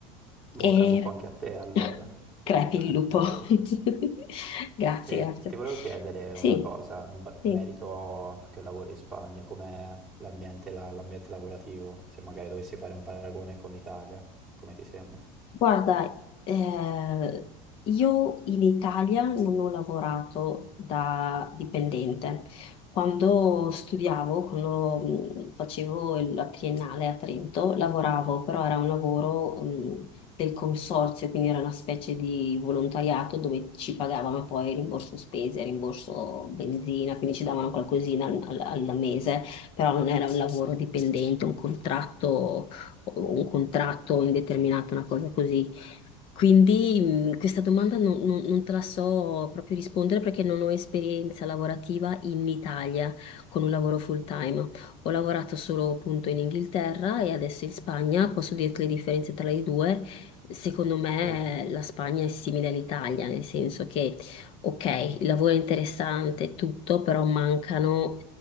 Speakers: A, in the centre; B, on the left.
A: Bocca
B: E
A: al lupo anche a te allora.
B: <laughs>
A: per-
B: crepi il lupo.
A: <laughs> per-
B: <laughs> Grazie,
A: E
B: grazie.
A: ti volevo chiedere
B: Sì,
A: una cosa in, ba-
B: sì.
A: in merito a tu che lavori in Spagna, com'è l'ambiente là- l'ambiente lavorativo, se magari dovessi fare un paragone con l'Italia, come ti sembra?
B: Guarda, eh, io in Italia non ho lavorato da dipendente. Quando studiavo, quando mh, facevo il- la triennale a Trento, lavoravo, però era un lavoro, mh, del consorzio, quindi era una specie di volontariato dove ci pagavano poi rimborso spese, rimborso benzina, quindi ci davano qualcosina al, al al mese, però non era un lavoro dipendente, un contratto o un contratto indeterminato, una cosa così. Quindi mh, questa domanda non, non- non te la so proprio rispondere perché non ho esperienza lavorativa in Italia con un lavoro full time. Ho lavorato solo appunto in Inghilterra e adesso in Spagna. Posso dirti le differenze tra le due. Secondo me
A: Sì.
B: la Spagna è simile all'Italia, nel senso che, ok, il lavoro è interessante, e tutto, però mancano